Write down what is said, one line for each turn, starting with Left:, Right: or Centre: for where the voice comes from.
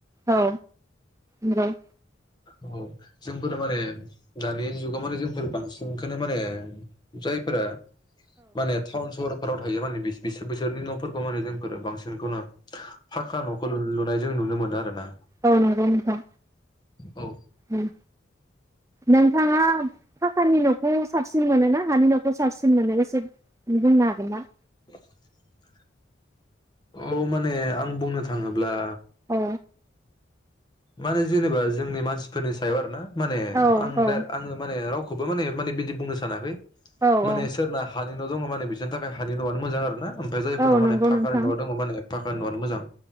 Right: औ उ
Left: औ जोंफोर माने दानि जुगाव माने जोंफोर बांसिनखौनो माने जायफोरा माने टाउन सहर <unintelligible> बिसोरनि नफोरखौ माने जोंफोर बांसिनखौनो फाखा नफोर जों नुनो मोनो आरो ना
Right: औ नोंगौ नोंथां
Left: औ
Right: ओम नोंथाङा फाकानि न'खौ साबसिन मोनोना हानि न'खौ साबसिन मोनो एसे बुंनो हागोनना
Left: <inaudible> औ माने आं बुंनो थाङोब्ला
Right: औ
Left: माने जेनेबा जोंनि मानसिफोरनि सायाव आरो ना माने
Right: औ
Left: आं
Right: औ
Left: दा आङो माने राव खौबो माने माने बिदि बुंनो सानाखै
Right: औ औ
Left: माने सोरना हानि न' दङ माने बिसोरनि थाखाय हानि न'आनो मोजां आरोना। ओमफाय जायफोरनाव
Right: औ
Left: माने
Right: नंगौ
Left: फाकानि
Right: नोंथां
Left: न'आव दङ माने फाकानि न'आनो मोजां।